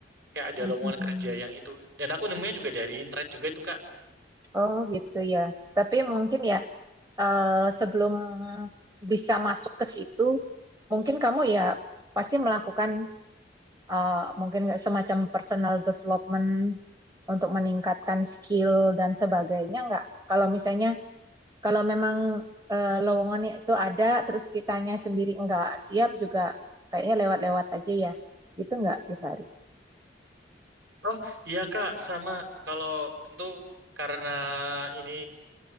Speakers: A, on the right; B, on the right.
A: kayak ada
B: mm-mm.
A: lowongan kerja yang itu dan aku nemunya juga dari internet juga itu Kak
B: Oh gitu ya. Tapi mungkin ya eh, sebelum bisa masuk ke situ, mungkin kamu ya pasti melakukan eh, mungkin nggak semacam personal development untuk meningkatkan skill dan sebagainya nggak? Kalau misalnya Kalau memang eh, lowongannya itu ada, terus kitanya sendiri nggak siap juga, kayaknya lewat-lewat aja ya. Gitu nggak, Givari?
A: Oh iya Kak, sama kalau tentu karena ini